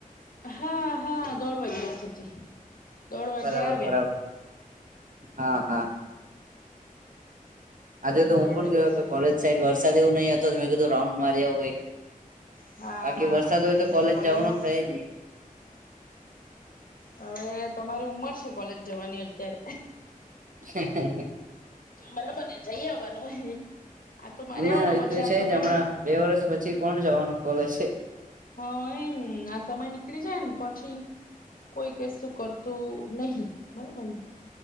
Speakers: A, on the left; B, on the right.
A: હા હા દોઢ વાગ્યા સુધી દોઢ વાગ્યા
B: બરાબર
A: આવ્યા
B: બરાબર હા હા આજે
A: અમારે
B: તો હું
A: દોઢ
B: પણ
A: વાગ્યા
B: ગયો હતો
A: સુધીનો
B: કોલેજ
A: સમય
B: સાઈડ
A: છે.
B: વરસાદ એવું નહીં હતો તો મેં કીધું રાઉન્ડ મારી આવું એક
A: હા
B: બાકી
A: હા
B: વરસાદ હોય
A: અમને
B: તો કોલેજ
A: કોલેજમાં
B: જવાનો થાય જ નહી
A: હવે તમારી ઉમર છે કોલેજ જવાની અત્યારે
B: હે હે
A: બરાબર ને જઈ આવવાનું એક આ તો મારેવાનો
B: ના
A: પછી
B: એ તો
A: આ
B: છે
A: સમય
B: જ હમણાં બે વર્ષ પછી કોણ જવાનું કોલેજ છે
A: હા એમ આ સમય નીકળી જાય ને પછી કોઈ કશું કરતું નહી બરાબરને